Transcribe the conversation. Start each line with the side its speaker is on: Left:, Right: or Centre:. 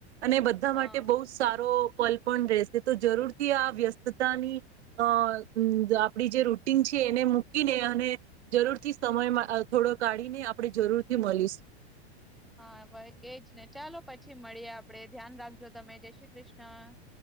Right: અને બધા
Centre: હા
Right: માટે બવ જ સારું પલ પણ રહેશે તો જરૂરથી આ વ્યસ્તતા ની અ જે આપડી રૂટીન છે એને મૂકીને અને જરૂર થી સમયમાં થોડો કાઢીને આપણે જરૂર થી મળીશું.
Centre: હા ભાઇ એજ ને ચાલો પછી મળીએ આપડે ધ્યાન રાખજો તમે જય શ્રી કૃષ્ણ.